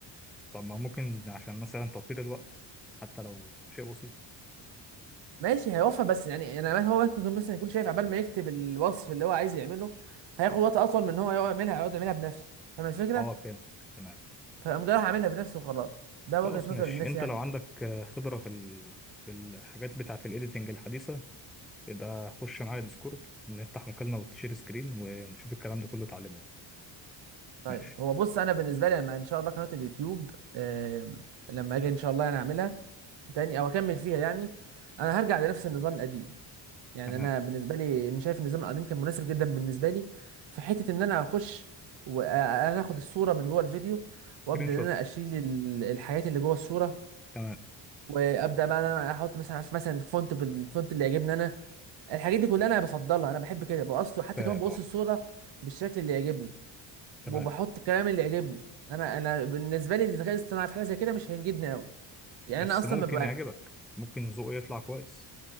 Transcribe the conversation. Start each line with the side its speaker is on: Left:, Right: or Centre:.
Centre: طب ما ممكن عشان مثلا توفير الوقت حتى لو شيء بسيط
Right: ماشي هيوفر بس يعني انا هو ممكن يكون مثلا يكون شايف عبال ما يكتب الوصف اللي هو عايز يعمله هياخد وقت اطول من ان هو يقعد يعملها يقعد يعملها بنفسه فاهم الفكرة
Centre: اه فهمت تمام
Right: فقام جاي راح عاملها بنفسه وخلاص ده وجهة
Centre: خلاص
Right: نظر
Centre: ماشي
Right: الناس
Centre: انت
Right: يعني
Centre: لو عندك آه، خبرة في ال... في الحاجات بتاعة الايديتنج الحديثة يبقى خش معايا ديسكورد نفتح مكالمة وتشير سكرين ونشوف الكلام ده كله اتعلمه لي.
Right: طيب
Centre: ماشي
Right: هو بص انا بالنسبه لي لما ان شاء الله قناه اليوتيوب آم، لما اجي ان شاء الله انا اعملها تاني او اكمل فيها يعني انا هرجع لنفس النظام القديم يعني
Centre: تمام
Right: انا بالنسبه لي انا شايف النظام القديم كان مناسب جدا بالنسبه لي في حته ان انا اخش وانا اخد الصوره من جوه الفيديو وابدا
Centre: سكرين شوت
Right: ان انا اشيل ال- الحاجات اللي جوه الصوره
Centre: تمام
Right: وابدا بقى ان انا احط مثلا عارف مثلا فونت بالفونت اللي يعجبني انا الحاجات دي كلها انا بفضلها انا بحب كده بقص حتى
Centre: فاهم
Right: كمان بقص
Centre: اه
Right: الصوره بالشكل اللي يعجبني
Centre: تمام
Right: وبحط الكلام اللي يعجبني انا انا بالنسبه لي الذكاء الاصطناعي في حاجه زي كده مش هينجدني قوي يعني
Centre: بس
Right: انا اصلا
Centre: ممكن
Right: ببقى
Centre: يعجبك ممكن ذوقه يطلع كويس